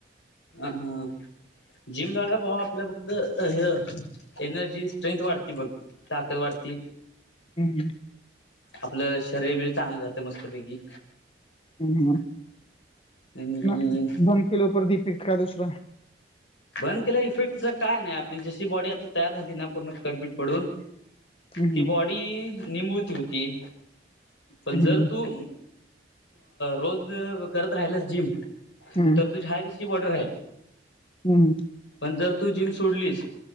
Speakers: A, on the left; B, on the left.
A: अ हा. जिम लावल्याव भावा आपल्या फक्त हे एनर्जी स्ट्रेंथ वाढते बघ. ताकत वाढती.
B: हम्म. हंम्म.
A: आपलं शरीर ब चांगलं राहतं मस्तपैकी.
B: हम्. हम्.
A: आणि
B: <unintelligible>
A: बंद केल्या इफेक्ट काय नाही आपली जशी बॉडी आता तयार झाली ना पूर्ण कटबीट पडून
B: हम्म
A: ती बॉडी निमूळती होती. पण,
B: हम्म
A: जर तू रोज करत राहिलास जिम
B: हम्म
A: तर तुझी हाय तशी बॉडी राहील.
B: हम्म
A: पण जर तू जिम सोडलीस